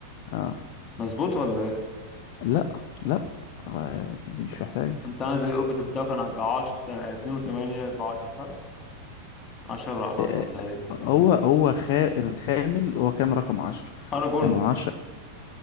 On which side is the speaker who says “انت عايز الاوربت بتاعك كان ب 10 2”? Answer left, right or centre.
Left